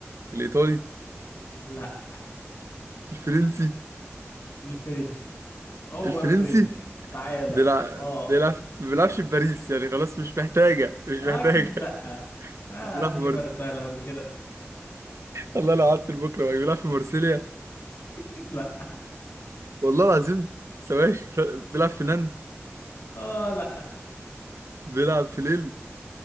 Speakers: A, on the right; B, on the left.
A: الإيطالي
B: لا
A: الفرنسي
B: الفرنسي هو
A: الفرنسي
B: الفرنسي تعالى
A: بيلعب
B: اه
A: بيلعب ما بيلعبش في باريس يعني خلاص مش محتاجة مش محتاجة
B: اكيد لا
A: <laughs> بيلعب
B: آه نجيبها
A: في مر...
B: سهله قوي كده
A: الله لو قعدت لبكرة بقى. بيلعب في مرسيليا
B: <laughs> لا
A: والله العظيم ثواني <laughs> بيلعب في نانت
B: اه لا
A: بيلعب في ليل